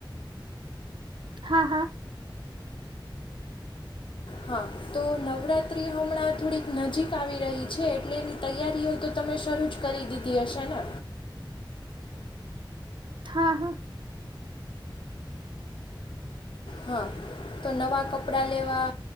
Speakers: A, on the right; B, on the left.
A: હા હા
B: હા તો નવરાત્રિ હમણાં થોડીક નજીક આવી રહી છે. એટલે એની તૈયારીઓય તો તમે શરૂ જ કરી દીધી હશે ને.
A: હા હા
B: હા તો નવા કપડાં લેવા